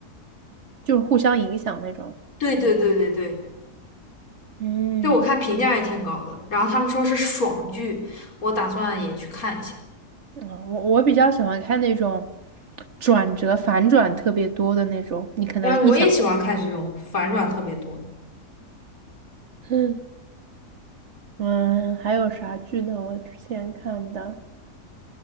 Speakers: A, on the right; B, on the left.
A: 就是互相影响那种。
B: 对对对对对。
A: 嗯，
B: 就我看评价也挺高的，然后他们说是爽剧，我打算也去看一下。
A: 啊，我我比较喜欢看那种转折反转特别多的那种，你可能意想，
B: 然后我也喜欢看这种反转特别多的
A: 嗯嗯，还有啥剧呢？我之前看的